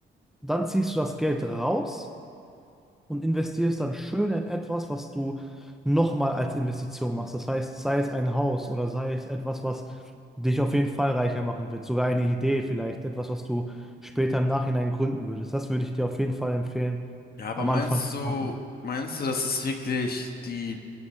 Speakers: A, in the centre; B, on the left.
A: dann ziehst du das Geld raus und investierst dann schön in etwas, was du nochmal als Investition machst. Das heißt, sei es ein Haus oder sei es etwas, was dich auf jeden Fall reicher machen wird, sogar eine Idee vielleicht, etwas, was du später im Nachhinein gründen würdest. Das würde ich dir auf jeden Fall empfehlen,
B: Ja, aber
A: am
B: meinst
A: Anfang zu
B: du,
A: machen.
B: meinst du, das ist wirklich die